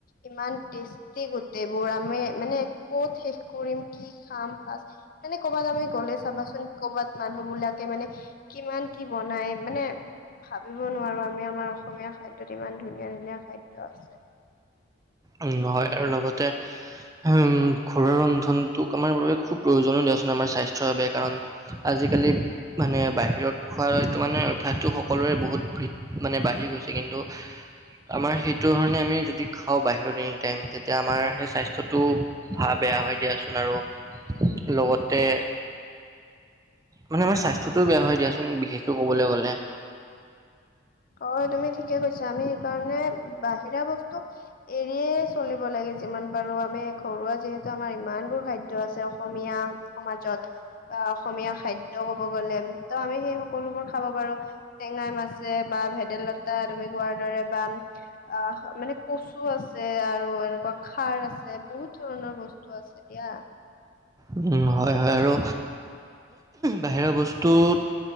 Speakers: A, on the left (about 45°); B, on the right (about 15°).
A: ইমান টেষ্টি গোটেইবোৰ, আমি মানে ক'ত শেষ কৰিম, কি খাম ফাচ মানে কৰ'বাত আমি গ'লে চাবাচোন, ক'ৰবাত মানুহবিলাকে মানে কিমান কি বনাই, মানে ভাবিব নোৱাৰো আমি, আমাৰ অসমীয়া খাদ্যত ইমান ধুনীয়া, ধুনীয়া খাদ্য আছে।
B: উম, নহয়, আৰু লগতে উম। ঘৰুৱা ৰন্ধনটোক আমাৰ বাবে খুব প্ৰয়োজন দিয়াচোন, আমাৰ স্বাস্থ্যৰ বাবে কাৰণ আজিকালি মানে বাহিৰত খোৱাটো সকলোৰে বহুত মানে বাঢ়ি গৈছে কিন্তু।
A: <inaudible>
B: আমাৰ সেইটো ধৰণে আমি যদি খাওঁ বাহিৰত এনি টাইম, তেতিয়া আমাৰ সেই স্বাস্থ্যটো ভাল বেয়া হৈ দিয়াচোন আৰু, লগতে মানে আমাৰ স্বাস্থ্যটো বেয়া হয় দিয়াচোন, বিশেষকৈ ক'বলৈ গ'লে।
A: অ', তুমি ঠিকে কৈছা, আমি সেইকাৰণে বাহিৰা বস্তু এৰিয়ে চলিব লাগে, যিমান পাৰো আমি ঘৰুৱা যিহেতু আমাৰ ইমানবোৰ খাদ্য আছে অসমীয়া। সমাজত, বা অসমীয়া খাদ্য ক'ব গ'লে, ত' আমি সেই সকলোবোৰ খাব পাৰো। টেঙাই মাছে, বা ভেদাইলতা তুমি কোৱাৰ দৰে বা আহ, মানে কচু আছে, আৰু এনেকুৱা খাৰ আছে বহুত ধৰণৰ বস্তু আছে। এতিয়া
B: উম, হয়, হয়। আৰু বাহিৰা বস্তুত